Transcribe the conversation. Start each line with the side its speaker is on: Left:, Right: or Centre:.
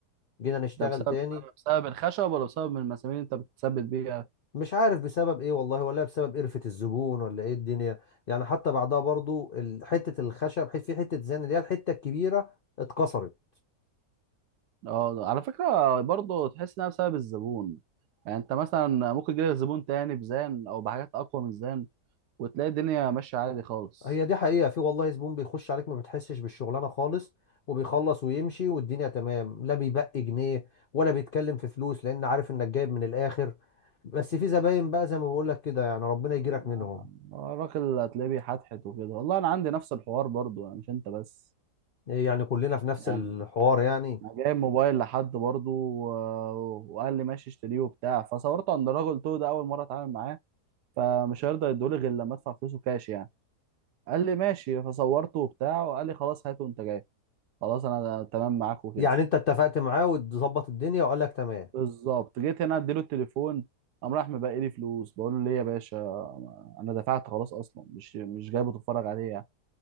Left: جينا نشتغل
Right: ده بسبب
Left: تاني
Right: بسبب الخشب ولا بسبب المسامير اللي انت بتثبت بيها
Left: مش عارف بسبب ايه والله ولا بسبب قرفة الزبون ولا ايه الدنيا يعني حتى بعدها برضو ال- حتة الخشب حت- في حتة زان اللي هي الحتة الكبيرة اتكسرت
Right: اه على فكره برضه تحس انها بسبب الزبون يعني انت مثلا ممكن يجيلك زبون تاني بزان او بحاجات اقوى من الزان وتلاقي الدنيا ماشيه عادي خالص
Left: هي دي حقيقة في والله زبون بيخش عليك ما بتحسش بالشغلانة خالص وبيخلص ويمشي والدنيا تمام لا بيبقي جنيه ولا بيتكلم في فلوس لأن عارف إنك جايب من الآخر بس في زباين بقى زي ما بقول لك كده يعني ربنا يجيرك منهم
Right: آه، الراجل هتلاقيه بيحتحت وكده والله انا عندي نفس الحوار برضو يعني مش انت بس
Left: يعني كلنا في نفس
Right: يعني
Left: الحوار يعني
Right: انا جايب موبايل لحد برضو و... وقال لي ماشي اشتريه وبتاع فصورته عند الراجل قلت له ده اول مره اتعامل معاه فمش هيرضى يدولي غير لما ادفع فلوسه كاش يعني قال لي ماشي فصورته وبتاع وقال لي خلاص هاته وانت جاي خلاص انا تمام معاك وكده
Left: يعني أنت اتفقت معاه وتظبط الدنيا وقال لك تمام
Right: بالظبط جيت هنا اديله التليفون قام راح مبقي لي فلوس بقول له ليه يا باشا انا دفعت خلاص اصلا مش مش جايبه تتفرج عليه يعني